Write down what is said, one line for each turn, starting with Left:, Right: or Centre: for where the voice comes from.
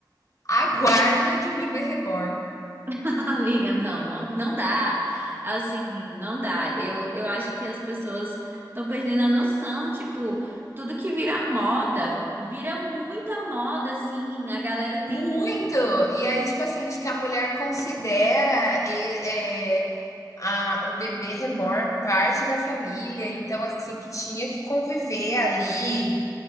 Left: a guarda de um bebê reborn.
Right: <laughs> Amiga, não, não, não dá. Assim, não dá. Eu, eu acho que as pessoas estão perdendo a noção, tipo, tudo que vira moda, vira muita moda, assim, a galera tem
Left: Muito!
Right: que...
Left: E aí, tipo assim, de que a mulher considera e- é, a- o bebê reborn parte da família, então, assim, que tinha que conviver ali